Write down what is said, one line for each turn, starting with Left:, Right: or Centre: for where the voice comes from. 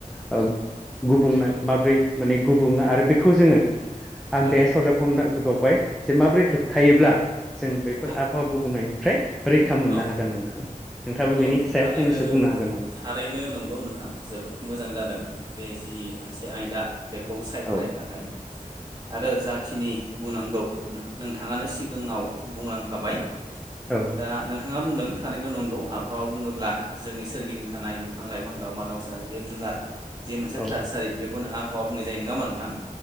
Centre: ओ गुबुंनाय माब्रै माने गुबुङो आरो बेखौ जोङो आं
Right: औ
Centre: बेहाय सरजाबफानो नागिरबावबाय जे माबोरै होबथायोब्ला जों बैफोर
Right: औ
Centre: हावा गुबुंनायनिफ्राय रैखा मोननो
Right: औ
Centre: हागोन नोंथां। नोंथाङाबो बेनि
Right: औ
Centre: सायाव
Right: थारैनो
Centre: फंनैसो बुंनो हागोन ना?
Right: थारैनो नंगौ नोंथां जोबोद मोजां जादों बे जि मोनसे आयदा। बेखौ सायख'नायनि
Centre: हागोन नामा औ
Right: थाखाय
Centre: <inaudible>
Right: आरो जाखिनि बुंनांगौ नोंथाङानो सिगाङाव बुंलांखाबाय।
Centre: औ
Right: दा नोंथाङा बुंदों थारैनो नंगौ आबहावा बुङोब्ला जोंनि सोरगिदिं थानाय बिफां लाइफां दावमा दाउ सा जिब जुनार जि मोनसे
Centre: औ
Right: थासारि बेखौनो आबहावा बुंनाय जायो नङा मा नोंथां